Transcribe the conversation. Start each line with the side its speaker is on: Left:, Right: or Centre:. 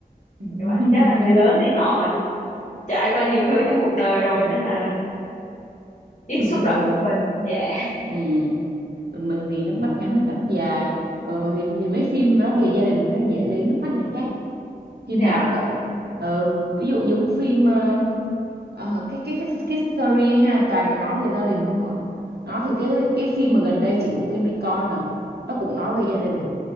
Right: <laughs>
Left: Như vậy chắc là người lớn thì họ trải qua nhiều thứ
Right: <laughs> Khóc.
Left: trong cuộc đời rồi
Right: ừ.
Left: nên là ít
Right: bình
Left: xúc
Right: thường
Left: động hơn mình dạ
Right: ừ. còn mình thì nước mắt ngắn nước mắt dài ờ, thì thì mấy phim nó về gia đình nó dễ lấy nước mắt người khác phim
Left: dạ
Right: nào cũng vậy ừ ví dụ giống phim ờ, ờ, cái cái cái cái series ấy nha toàn là nói về gia đình không à nó thì cái cái phim mà gần đây chị của em đi coi nè nó cũng nói về gia đình